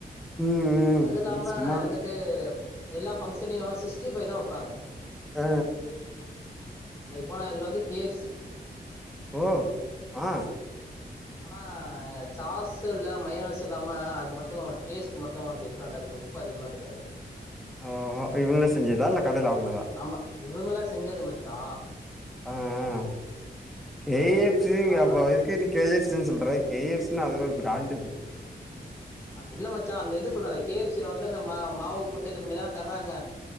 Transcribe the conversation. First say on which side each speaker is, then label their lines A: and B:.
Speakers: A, in the centre; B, on the left.
A: ம் ம்
B: அது இல்லாம
A: ம் சும்மா
B: வந்துட்டு எல்லா பங்க்ஷனையு சிக்ஸ்ட்டி ஃபைதா வெப்பாங்க
A: அ
B: போன இதுல வந்து கே எஃப் சி
A: ஓ ஆ
B: ஆனா சாசு இல்ல மையோனைசு இல்லாம அது மட்டு டேஸ்ட்டு மட்டு டிஃப்ரெண்டா பட் உப் உப்பு அதிகமா பெட்டால
A: ஓ இவுங்ளே செஞ்சதா இல்ல கடைல வாங்னதா
B: ஆமா இவங்களா செஞ்சது மச்சா
A: அ அ
B: ஆ
A: கே எஃப் சி
B: ஆனா
A: ங்க
B: அதுல
A: அப்ப அதுக்கு நீ கே ஜி எஃப் சின் சொல்ற கே எஃப் சி னா அது ஒரு பிராண்டுது
B: அ இல்ல மச்சா அந்த இது சொல்றாங்க கே எஃப் சில வந்துட்டு அந்த மா மாவு போட்டு இது பண்ணிதான தர்றாங்க